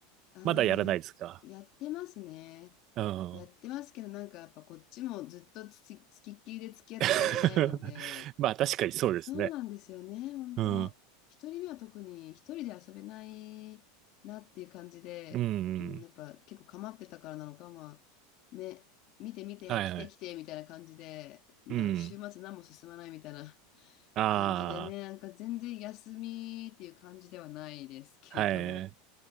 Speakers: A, on the left (about 40°); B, on the right (about 30°).
A: ああ、
B: まだやらないですか。
A: やってますね。
B: うん。
A: やってますけど、なんかやっぱこっちもずっとつき、つきっきりで付き合ってられないので、
B: <laughs> まあ確かにそうですね。
A: そうなんですよね、本当。
B: うん。
A: 一人目は特に一人で遊べないなっていう感じで、
B: うん。
A: うん、やっぱ結構構ってたからなのか、まあ、ね、見て見て、
B: はいはい。
A: 来て来てみたいな感じで、な、
B: うん。
A: 週末何も進まないみたいな <laughs>
B: あ
A: 感じでね、なんか全然休みっていう感じではないですけど、
B: あ、はい。